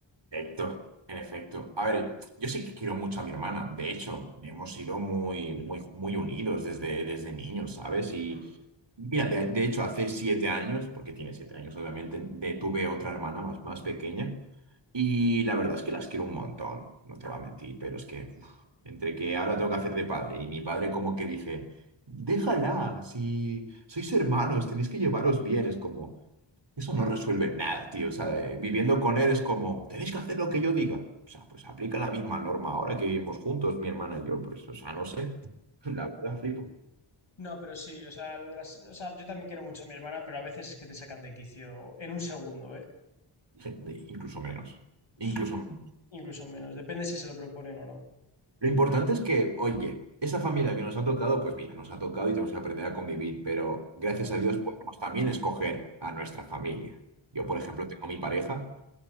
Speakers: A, on the right (about 60°); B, on the left (about 70°).
A: Perfecto, en efecto. A ver, yo sí que quiero mucho a mi hermana. De hecho, hemos sido muy, muy, muy unidos desde, desde niños, ¿sabes? Y
B: Mm.
A: mira, de, de hecho, hace siete años, porque tiene siete años, obviamente, de, tuve otra hermana más, más pequeña. Y la verdad es que las quiero un montón, no te voy a mentir, pero es que uf, entre que ahora tengo que hacer de padre y mi padre como que dice, déjala, si sois hermanos, tenéis que llevaros bien, es como... Eso no resuelve nada, tío. O sea, eh, viviendo con él es como, tenéis que hacer lo que yo diga. O sea, pues aplica la misma norma ahora que vivimos juntos, mi hermana y yo. Pues, o sea, no sé. <laughs> La verdad, flipo.
B: No, pero sí, o sea, lo de las, o sea, yo también quiero mucho a mi hermana, pero a veces es que te sacan de quicio en un segundo, ¿eh?
A: <laughs> Incluso menos. Incluso
B: Sí,
A: menos.
B: incluso menos, depende si se lo proponen o no.
A: Lo importante es que, oye, esa familia que nos ha tocado, pues mira, nos ha tocado y tenemos que aprender a convivir. Pero gracias
B: Hombre,
A: a Dios
B: sí.
A: podemos también escoger a nuestra familia. Yo, por ejemplo, tengo mi pareja.